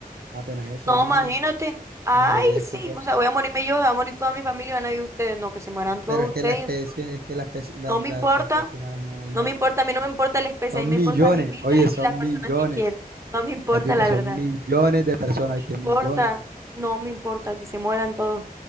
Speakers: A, on the right (about 80°); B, on the right (about 20°).
A: Apenas eso
B: No,
A: ahí mismo,
B: imagínate. Ay,
A: me moriría de escuco.
B: sí, o sea, voy a morirme yo, va a morir toda mi familia y van a vivir ustedes. No, que se mueran todos
A: Pero es que
B: ustedes.
A: la especie, es que la especie, la,
B: No me
A: la-
B: importa.
A: la especie humana es una vaina.
B: No me importa, a mí no me importa la especie,
A: Son
B: a mí me
A: millones,
B: importa mi vida
A: oye, son
B: y las personas
A: millones.
B: que quiero. No me importa,
A: Ya te digo
B: la
A: que son
B: verdad.
A: millones de personas,
B: No me
A: ¿viste?
B: importa,
A: Millones.
B: no me importa que se mueran todos.